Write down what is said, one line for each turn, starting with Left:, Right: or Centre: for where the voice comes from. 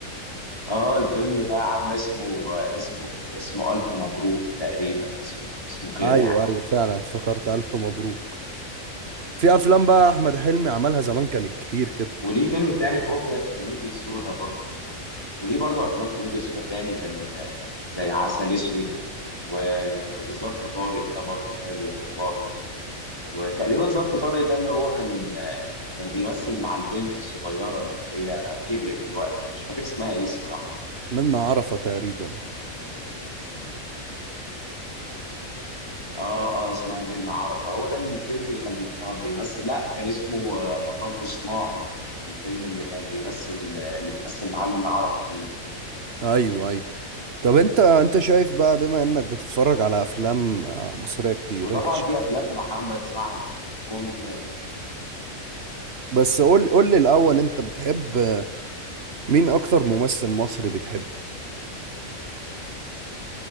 Left: اه الفيلم ده يا عم اسمه آه، اسمه اسمه الف مبروك تقريبا اسمه اسمه كده
Right: ايوه
Left: يعني
Right: ايوه فعلا افتكرت الف مبروك في افلام بقى احمد حلمي عملها زمان كانت كتير كده
Left: وليه فيلم تاني كومي كوميدي سودا برضه وليه برضو افلام كوميديا سودا تاني زي زي عسل اسود و... وظرف طارق ده برضو حلو والله وتقريبا ظرف طارق ده اللي هو كان كان بيمثل مع البنت الصغيره اللي هي كبرت دلوقتي مش فاكر اسمها ايه الصراحه
Right: منا عرفة تقريبا
Left: اه اه اسمها منة عرفة هو ده الفيلم اللي كان بيف- بيمثل لا كان اسمه آه، مطب صناعي الفيلم اللي كان بيمثل اللي بيمثل معاه منة عرفة فيه
Right: ايوه ايوه طب انت انت شايف بقى بما انك بتتفرج على افلام آه، مصرية كتير
Left: وطبعا
Right: انت ش-
Left: في افلام محمد سعد كوميدي
Right: بس قول قول لي الاول انت بتحب آه، مين اكتر ممثل مصري بتحبه